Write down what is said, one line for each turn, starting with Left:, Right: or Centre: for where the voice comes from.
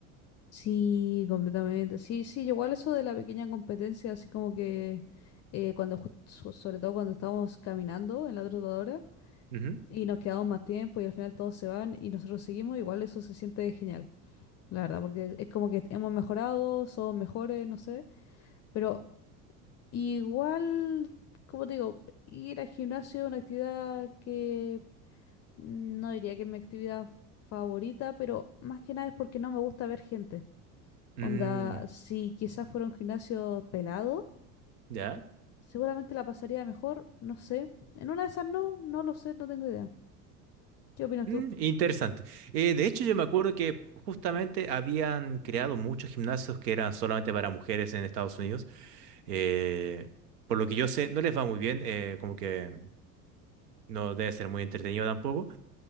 Left: Sí, completamente. Sí, sí, yo igual eso de la pequeña competencia, así como que eh, cuando, ju- so- sobre todo cuando estábamos caminando en la trotadora.
Right: Ujú.
Left: y nos quedamos más tiempo y al final todos se van y nosotros seguimos, igual eso se siente genial, la verdad, porque es como que hemos mejorado, somos mejores, no sé, pero igual, como te digo, ir al gimnasio es una actividad que mm, no diría que es mi actividad favorita, pero más que nada es porque no me gusta ver gente.
Right: Mm,
Left: Onda, si quizás fuera un gimnasio pelado,
Right: ya.
Left: seguramente la pasaría mejor, no sé. En una de esas no, no lo sé, no tengo idea. ¿Qué opinas
Right: Mm,
Left: tú?
Right: interesante. Eh, de hecho, yo me acuerdo que justamente habían creado muchos gimnasios que eran solamente para mujeres en Estados Unidos. Eh, por lo que yo sé, no les va muy bien, eh, como que no debe ser muy entretenido tampoco.